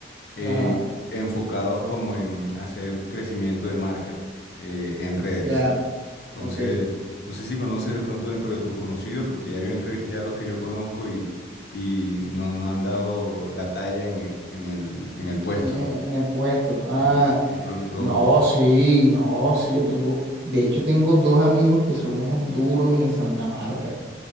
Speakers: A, on the left; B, on the right.
A: eh,
B: ajá,
A: enfocados como en hacer crecimiento de marca eh, en redes.
B: ya,
A: Entonces,
B: ok. En,
A: no sé si conoces de pronto dentro de tus conocidos, porque ya yo entrevisté a los que yo conozco y, y no, no han dado la talla en, el, en el en el puesto.
B: en- en puesto. Ah,
A: Sí, de pronto.
B: no, sí, no, sí, yo tengo, de hecho tengo dos amigos que son unos duros en Santa Marta,